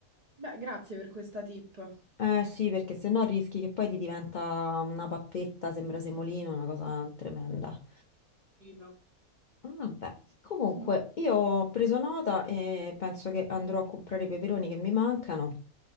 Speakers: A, on the right; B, on the left.
A: beh, grazie per questa tip.
B: Eh sì, perché se no rischi che poi ti diventa una pappetta, sembra semolino, una cosa tremenda.
A: Fino.
B: Vabbè, comunque
A: <laughs>
B: io ho preso nota e penso che andrò a comprare i peperoni che mi mancano